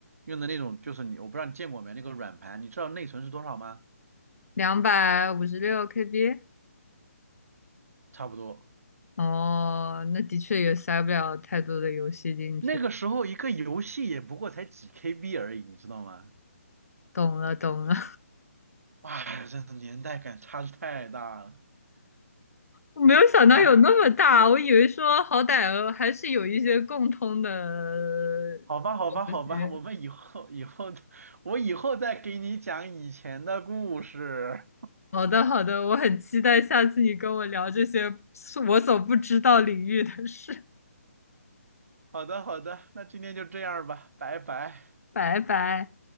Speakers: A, on the right (about 65°); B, on the left (about 70°).
A: 用的那种就是你，我不知道你见过没，那个软盘，你知道内存是多少吗？
B: 两百五十六 KB。
A: 差不多，
B: 哦，那的确也塞不了太多的游戏进去。
A: 那个时候一个游戏也不过才几 KB 而已，你知道吗？
B: 懂了，懂了。
A: 哎，真的年代感差得太大了。
B: 我没有想到有那么大，
A: 哎，
B: 我以为说好歹呃还是有一些共通的
A: 好吧，好吧，
B: 东西。
A: 好吧，我们以后以后，我以后再给你讲以前的故事。
B: 好的，好的，我很期待下次你跟我聊这些是我所不知道领域的事。
A: 好的，好的，那今天就这样吧，拜拜。
B: 拜拜。